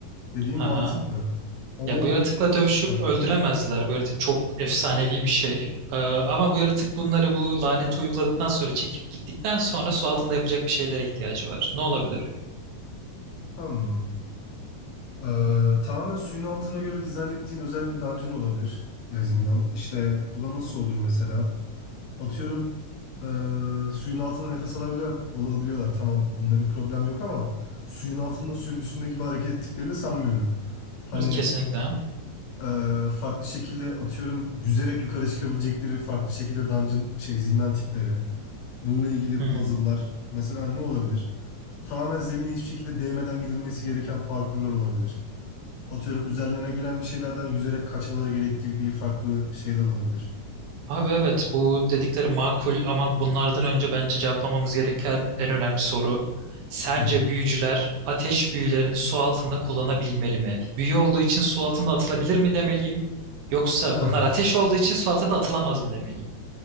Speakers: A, on the left; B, on the right.
A: Dediğim
B: Aha.
A: mantıklı. Ama
B: Ya
A: bu...
B: bu yaratıkla dövüşüp
A: Hah,
B: öldüremezler. Bu yaratık çok efsanevi bir şey. E, ama bu yaratık bunları bu laneti uyguladıktan sonra çekip gittikten sonra su altında yapacak bir şeylere ihtiyacı var. Ne olabilir?
A: hmm. Ee, tamamen suyun altına göre dizayn ettiğin özel bir dungeon olabilir. Ya zindan. İşte bu da nasıl olur mesela? Atıyorum ee, suyun altında nefes alabiliyor, olabiliyorlar. Tamam bunda bir problem yok ama suyun altında suyun üstünde gibi hareket ettiklerini sanmıyorum. Hani
B: Kesinlikle.
A: ee, farklı şekilde atıyorum yüzerek yukarı çıkabilecekleri farklı şekilde dungeon şey zindan tipleri. Bununla ilgili
B: Hı.
A: puzzle'lar mesela ne olabilir? Tamamen zemine hiçbir şekilde değmeden gidilmesi gereken parkurlar olabilir atıyorum üzerlerine gelen bir şeylerden yüzerek kaçmaları gerektirdiği farklı şeyler olabilir.
B: Abi evet bu dedikleri makul ama bunlardan önce bence cevaplamamız gereken en önemli soru. Sence
A: <laughs>
B: büyücüler ateş büyülerini su altında kullanabilmeli mi? Büyü olduğu için su altında atılabilir mi demeliyim? Yoksa
A: Hah,
B: bunlar ateş olduğu için su altında atılamaz mı demeliyim?